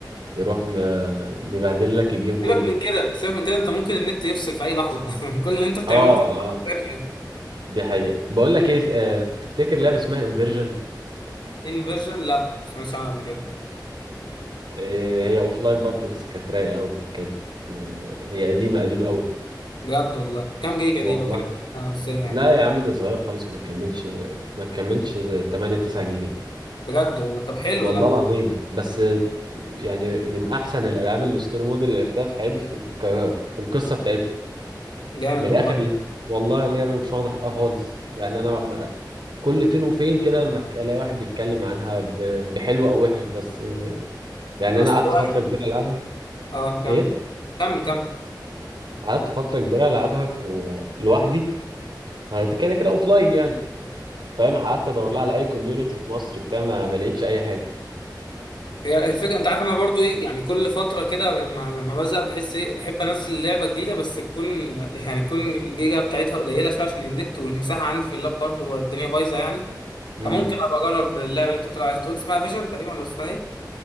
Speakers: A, on the right; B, on the left.
A: يروح م... مبهدل لك الجيم كله
B: سيبك من كده سيبك من كده انت ممكن النت يفصل في اي لحظه <laughs> كل اللي انت بتعمله
A: اه
B: في أي لحظه
A: اه
B: ثانيه
A: دي حقيقه بقول لك ايه آه، تفتكر لعبه اسمها انفيرجن
B: انفيرجن <laughs> لا ما سمعتش عنها قبل كده
A: إيه، هي لاين برضو بس كانت رايقه قوي كانت آه، هي قديمه قديمه قوي
B: بجد والله كام جيجا دي
A: والله
B: لو كده هنزلها يعني
A: لا يا عم دي صغيره خالص ما تكملش ما تكملش 8 9 جيجا
B: بجد والله طب حلو
A: والله
B: ده
A: العظيم بس آه، يعني من احسن الالعاب الستوري مود اللي لعبتها في حياتي في الك... في القصه بتاعتها
B: جامد
A: من الاخر
B: والله
A: ليه والله اللعبه مش واخده حقها خالص يعني انا م- كل فين وفين كده لما ك- الاقي واحد بيتكلم عنها ب... بحلو او وحش بس آه، يعني
B: اصل
A: انا قعدت فتره
B: أنا-
A: كبيره العبها
B: اه
A: ايه
B: كمل كمل
A: قعدت فتره كبيره العبها في... لوحدي انت كده كده اوف لاين يعني فاهم قعدت ادور لها على اي كوميونتي في مصر بتاع ما, ما لقيتش اي حاجه
B: هي الفكره انت عارف انا برضو ايه يعني كل فتره كده لما لما بزهق بحس ايه بحب انزل لعبه جديده بس تكون <laughs> يعني تكون الجيجا بتاعتها قليله شويه عشان النت والمساحه عندي في اللاب برضو الدنيا بايظه يعني
A: امم
B: فممكن ابقى اجرب اللعبه اللي انت بتقول عليها تقول اسمها فيجن تقريبا ولا اسمها ايه؟